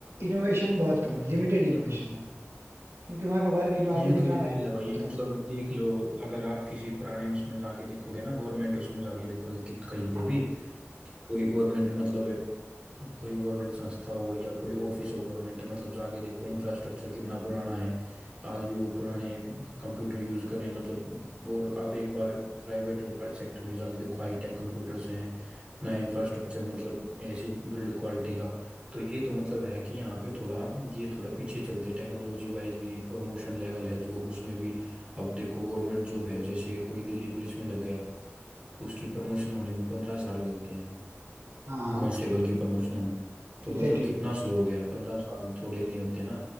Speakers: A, on the right; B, on the right.
A: इनोवेशन बहुत कम है लिमिटेड इनोवेशन है क्योंकि वहाँ का वर्क इन्वायरमेंट
B: ये तो
A: उतना
B: बिल्कुल
A: डायनामिक
B: है भाई
A: होता
B: मतलब
A: है
B: देख लो अगर आप किसी पुराने उसमें जाके देखोगे ना गवर्नमेंट उसमें जाके देखोगे कि कहीं पे
A: हाँ
B: भी कोई गवर्नमेंट मतलब है, कोई गवर्नमेंट संस्था हो या कोई ऑफिस हो गवर्नमेंट मतलब जाके देखो इंफ्रास्ट्रक्चर कितना पुराना है आज भी वो पुराने कंप्यूटर यूज करें मतलब और आप एक बार प्राइवेट सेक्टर में जाके देखो हाई टेक कंप्यूटर्स हैं नया इंफ्रास्ट्रक्चर मतलब ऐसी बिल्ड क्वालिटी का तो ये तो मतलब है कि यहाँ पे थोड़ा ये थोड़ा पीछे चलते हैं टेक्नोलॉजी वाइज भी प्रमोशन लेवल है जो उसमें भी अब देखो गवर्नमेंट जॉब है जैसे कोई दिल्ली पुलिस में लग गया उसकी प्रमोशन होने में पंद्रह साल लगते हैं
A: हाँ
B: कांस्टेबल की प्रमोशन होनी तो
A: एग्जैक्टली
B: मतलब कितना स्लो हो गया यार पंद्रह साल थोड़े नहीं होते ना